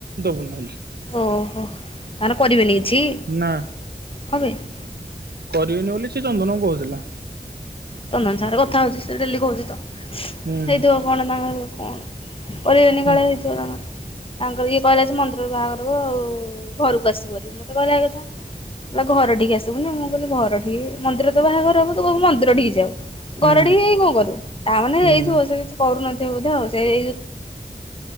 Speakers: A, on the right (about 70°); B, on the left (about 35°).
A: ଦବୁ ନହଲେ।
B: ଓହୋ ତାହେଲେ କରିବେନି କିଛି।
A: ନା।
B: <inaudible>
A: କରିବେନି ବୋଲି ସେ ଚନ୍ଦନ କୁ କହୁଥିଲା।
B: ଚନ୍ଦନ ସାଙ୍ଗରେ କଥା ହଉଛି ସେ ଡେଲି କହୁଛି ତ
A: ହୁଁ।
B: ହେଇଥିବ କଣ ତାଙ୍କର କଣ କରିବେନି
A: ହୁଁ
B: କାଳେ ହେଇଥିବ ତାଙ୍କର। ତାଙ୍କର ଇଏ କହିଲା ଯେ ମନ୍ଦିର ରୁ ବାହାଘର ହବ ଆଉ ଘରକୁ ଆସିପରିବନି ମତେ କହିଲା ଏଇ କଥା। ନା ଘର ଠିକ ଆସିବୁନି ମୁଁ କହିଲି ଘରଠିକି ମନ୍ଦିର ରେ ତ ବାହାଘର ହବ ତୁ କବୁ ମିନ୍ଦିର ଠିକି ଯି ବି ଆଉ
A: ହୁଁ
B: ଘରଠି ଯାଇ କଣ କରିବୁ ତା ମାନେ
A: ହୁଁ
B: ଏଇଥିବ ସେ କିଛି କରୁନଥିବ ବୋଧେ ଆଉ ସେ ଏଇ